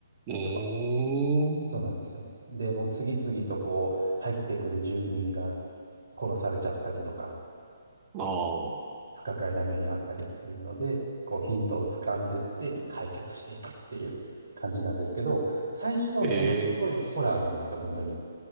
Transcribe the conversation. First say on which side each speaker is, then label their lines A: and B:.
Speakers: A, on the right (about 25°); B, on the right (about 60°).
A: うーん。
B: 要は。そうなんですよ。で、もう次々とこう入ってくる住人が殺されちゃったりとか、
A: ああ、
B: 不可解な目にあったりっていうので、こうヒントを掴んでって解決していくっていう感じなんですけど、最初はものすごいホラーなんですよ、
A: ええ、
B: 本当に。